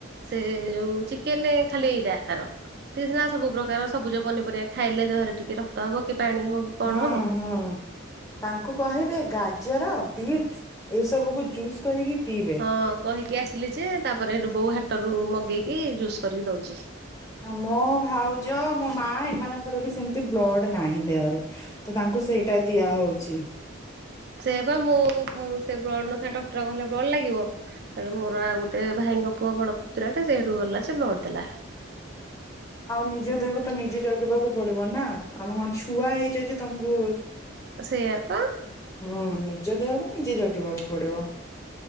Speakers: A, on the right (about 50°); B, on the left (about 15°).
A: ସେ ଯୋଉ ଚିକେନେ ଖାଲି ଏଇରା ତାର। ସିଏ ସିନା ସବୁ ପ୍ରକାର ସବୁଜ ପନିପରିବା ଖାଇଲେ ଦେହରେ ଟିକେ ରକ୍ତ ହବ କି ପାଣି ହବ କି। କଣ
B: ହଁ,
A: ହବ।
B: ହଁ। ତାଙ୍କୁ କହିବେ ଗାଜର, ବିଟ୍ ଏ ସବୁକୁୁ ଜୁସ୍ କରିକି ପିଇବେ।
A: ହଁ କହିକି ଆସିଲି ଯେ, ତାପରେ ସେଠୁ ବୋଉ ହାଟରୁ ମଗେଇକି ଜୁସ୍ କରିକି ଦଉଚି।
B: ଅଁ, ମୋ ଭାଉଜ, ମୋ ମା ଏମାନଙ୍କର ବି ସେମିତି ବ୍ଲଡ୍ ନାହିଁ ଦେହରେ। ତ ତାଙ୍କୁ ସେଇଟା ଦିଆ ହଉଛି।
A: ସେ ପା ମୁଁ ସେ ବ୍ଲଡ ନଥିଲା ଡକ୍ଟର କହିଲେ ବ୍ଲଡ ଲାଗିବ ତେଣୁ ମୋର ଆଉ ଗୋଟେ ଭାଇଙ୍କ ପୁଅ ବଡ ପୁତୁରା ଟେ ସେଇଠୁ ଗଲା ସେ ବ୍ଲଡ଼ ଦେଲା।
B: ଆଉ ନିଜ ଦେହକୁ ତ ନିଜେ ଜଗିବାକୁ ପଡିବ ନା ଆମେ କଣ ଛୁଆ ହେଇଯାଇଛ ତମକୁ
A: ସେଇଆପା
B: ହଁ ନିଜ ଦେହକୁ ନିଜେ ଜଗିବାକୁ ପଡିବ।